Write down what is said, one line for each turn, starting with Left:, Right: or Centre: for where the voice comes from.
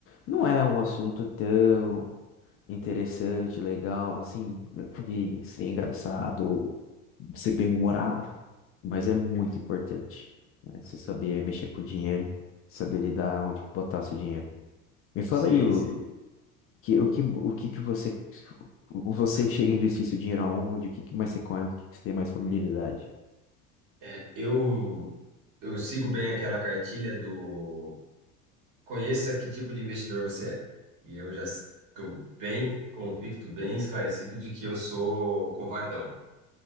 Left: não é um assunto tão interessante, legal, assim, de ser engraçado ou de ser bem-humorado, mas é muito importante, né? Você saber mexer com dinheiro, saber lidar onde botar seu dinheiro. Me fala
Right: Sim,
Left: aí o
Right: sim.
Left: que, o que, o que que você, você chega a investir seu dinheiro aonde, o que que mais você conhece, o que que você tem mais familiaridade?
Right: É, eu, eu sigo bem aquela cartilha do conheça que tipo de investidor você é. E eu já estou bem convicto, bem esclarecido de que eu sou covardão.